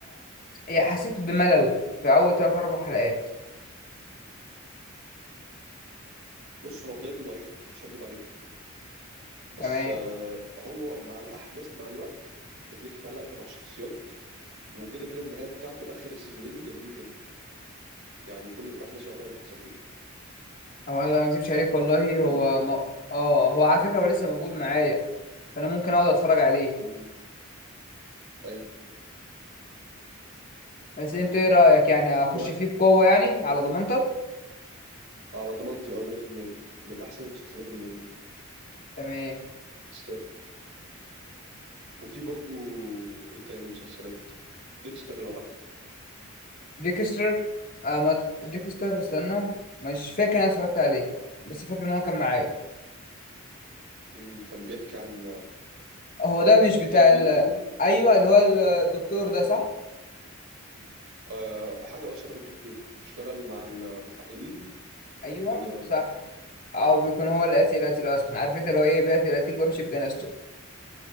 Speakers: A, on the left; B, on the right.
A: يعني حسيت بملل في اول 3 4 حلقات
B: بص هو بدايته ضعيفه مش هكدب عليك بس
A: تمام
B: آه، هو مع الاحداث مع الوقت بتلاقيك اتعلقت مع الشخصيات وكده كده النهايه بتاعته اخر السيزونين جامدين جدا يعني كل الاحداث يعتبر بتحصل فيه
A: هو أنا ما اكذبش عليك والله
B: فاهمني؟
A: هو ما... اه هو على فكره هو لسه موجود معايا فانا ممكن اقعد اتفرج عليه
B: امم ايوه
A: بس انت ايه رايك يعني اخش
B: ده
A: فيه بقوه يعني على ضمانتك
B: على ضمانتي اه 100% من احسن المسلسلات اللي موجوده
A: تمام
B: يستاهل وفي برضو ايه تاني مسلسلات ديكستر لو عارفه
A: ديكستر آه ما... ديكستر استنى مش فاكر انا اتفرجت عليه بس فاكر ان هو كان معايا
B: امم كان بيحكي عن
A: هو ده مش
B: قتال
A: بتاع
B: بيقتل
A: ال... ايوه اللي هو الدكتور ده صح
B: آه حاجه اه شبه الدكتور بيشتغل مع المحققين
A: ايوه
B: في الجرائم
A: صح او بيكون هو القتيل القتيل اصلا عارف انت اللي هو ايه بيقتل القتيل وبمشي في جنازته